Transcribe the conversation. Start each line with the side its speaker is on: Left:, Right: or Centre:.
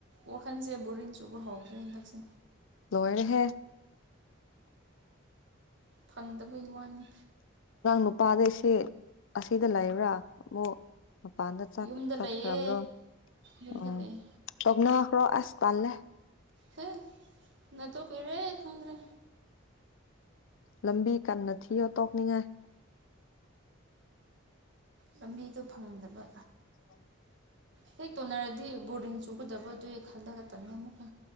Right: ꯋꯥꯈꯜꯁꯦ ꯕꯣꯔꯤꯡ ꯆꯨꯕ ꯍꯧꯈ꯭ꯔꯦ ꯍꯟꯗꯛꯁꯦ
Left: ꯂꯣꯏꯔꯦꯍꯦ
Right: ꯐꯪꯗꯕꯒꯤ ꯋꯥꯅꯤ
Left: ꯑꯉꯥꯡ ꯅꯨꯄꯥꯗꯩꯁꯦ ꯑꯁꯤꯗ ꯂꯩꯕ꯭ꯔꯥ ꯑꯃꯨꯛ ꯃꯄꯥꯟꯗ
Right: ꯌꯨꯝꯗ
Left: ꯆꯠꯈ꯭ꯔꯕ꯭ꯔꯣ
Right: ꯂꯩꯌꯦ ꯌꯨꯝꯗ
Left: ꯑꯣ
Right: ꯂꯩꯌꯦ
Left: ꯁꯛꯅꯥ ꯑꯈ꯭ꯔ ꯑꯁ ꯄꯜꯂ
Right: ꯍ ꯅꯠꯇꯣ ꯀꯔꯦ ꯈꯪꯗ꯭ꯔꯦ
Left: ꯂꯝꯕꯤ ꯀꯟꯅ ꯊꯤꯌꯣ ꯇꯣꯛꯅꯤꯡꯉꯥꯏ
Right: ꯂꯝꯕꯤꯗꯣ ꯐꯪꯍꯟꯗꯕ
Left: ꯑ
Right: ꯍꯦꯛ ꯇꯣꯟꯅꯔꯗꯤ ꯕꯣꯔꯗꯤꯡ ꯆꯨꯒꯗꯕ ꯑꯗꯨ ꯍꯦꯛ ꯈꯜꯂꯒ ꯇꯟꯅ ꯑꯃꯨꯛꯀ